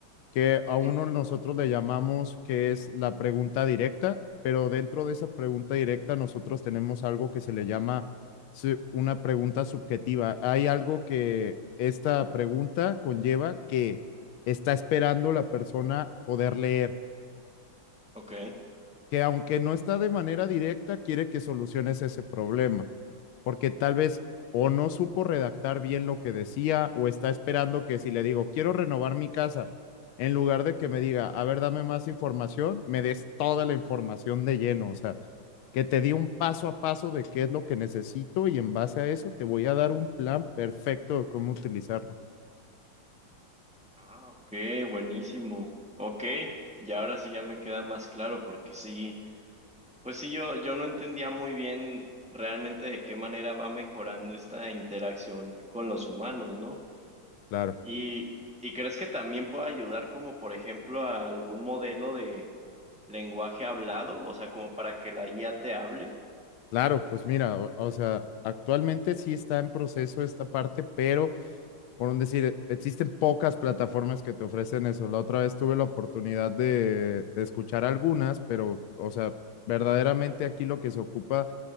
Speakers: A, on the left; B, in the centre.
A: que a
B: ujú,
A: uno nosotros le llamamos que es la pregunta directa, pero dentro de esa pregunta directa nosotros tenemos algo que se le llama una pregunta subjetiva. Hay algo que esta pregunta conlleva que está esperando la persona poder leer
B: ok.
A: que aunque no está de manera directa, quiere que soluciones ese problema, porque tal vez o no supo redactar bien lo que decía o está esperando que si le digo, quiero renovar mi casa, en lugar de que me diga, a ver, dame más información, me des toda la información de lleno, o sea, que te di un paso a paso de qué es lo que necesito y en base a eso te voy a dar un plan perfecto de cómo utilizarlo.
B: Ah, ok, buenísimo. Ok, ya ahora sí ya me queda más claro porque sí, pues sí, yo, yo no entendía muy bien realmente de qué manera va mejorando esta interacción con los humanos, ¿no?
A: Claro.
B: Y, y crees que también puede ayudar como por ejemplo a algún modelo de lenguaje hablado, o sea, como para que la IA te hable.
A: Claro, pues mira, o, o sea, actualmente sí está en proceso esta parte, pero por un decir, e- existen pocas plataformas que te ofrecen eso. La otra vez tuve la oportunidad de, de escuchar algunas, pero, o sea, verdaderamente aquí lo que se ocupa